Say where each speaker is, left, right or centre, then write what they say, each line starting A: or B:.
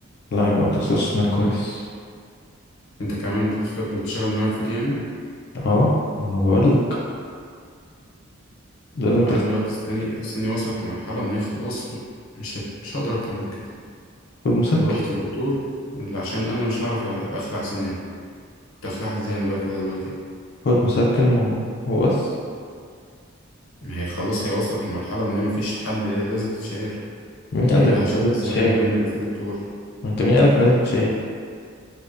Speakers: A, on the left; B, on the left.
A: لا يبقى ما تغسلش سنانك كويس
B: انت كمان بتف- بتشغل دماغك في دي يعني
A: اه انا بقولك لازم
B: طب
A: تغسل
B: انا دلوقتي اسناني اسناني وصلت لمرحله ان هي خلاص ب- مش هت- مش هقدر اكتر من كده
A: خد مسكن
B: ورحت للدكتور اللي عشان انا مش هعرف أ- اخلع سناني كنت هخلعها ازاي انا بقى كده دلوقتي
A: خد مسكن و... وبس
B: ما هي خلاص هي وصلت لمرحلة ان هي مفيش حل هي لازم تتشال
A: مين قالك
B: ايه بقى
A: إن
B: هشيلها
A: لازم تشيل
B: ازاي من غير ما يبقى في دكتور
A: ما انت مين قالك إن لازم تشيل